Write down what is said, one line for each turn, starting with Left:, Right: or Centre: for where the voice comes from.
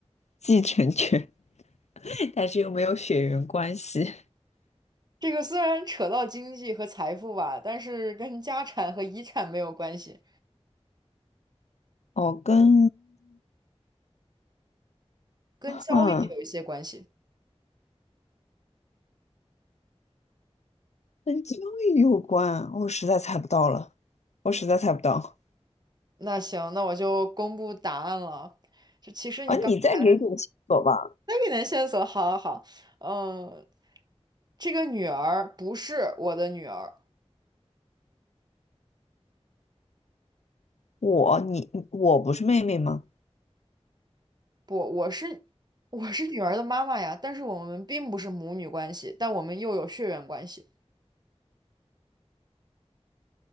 Left: 继承权，<laughs> 但是又没有血缘关系。
Right: 这个虽然扯到经济和财富吧，但是跟家产和遗产没有关系，
Left: 哦，跟
Right: 跟交易有一些关系。
Left: 嗯，跟教育有关，我实在猜不到了，我实在猜不到
Right: 那行，那我就公布答案了。就其实你刚才的
Left: 啊！你再给点线索吧。
Right: 那给点线索，好好好，嗯，这个女儿不是我的女儿，
Left: 我，你，我不是妹妹吗？
Right: 不，我是我是女儿的妈妈呀，但是我们并不是母女关系，但我们又有血缘关系。